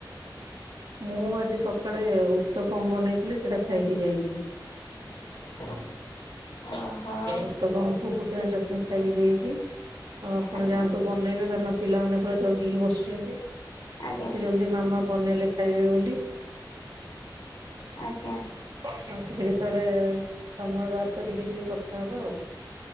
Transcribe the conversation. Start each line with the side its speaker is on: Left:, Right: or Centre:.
Right: ମୁଁ ଆଜି ସକାଳେ ଉତ୍ତପମ ବନେଇଥିଲି ସେଇଟା ଖାଇକି ଯାଇଛି।
Left: <unintelligible> ହଉ
Right: ଉତ୍ତପମ କୁ ପୁଦିନା ଚଟଣି ଖାଇକି ଯାଇଛି ତ ଆପଣ
Left: ଆଜ୍ଞା
Right: ଯାଆନ୍ତୁ। ବନେଇବେ କାରଣ ପିଲାମାନେ ପୁରା ଜଗିକି ବସିଛନ୍ତି କେତେ
Left: ଆଜ୍ଞା ଆଜ୍ଞା
Right: ଜଲଦି ମାମା ବନେଇଲେ ଖାଇବେ ବୋଲି।
Left: ଆଜ୍ଞା।
Right: ଆଉ କେତେବେଳେ ସମୟ ବାହାର କରିକି ଟିକେ କଥା ହବ ଆଉ।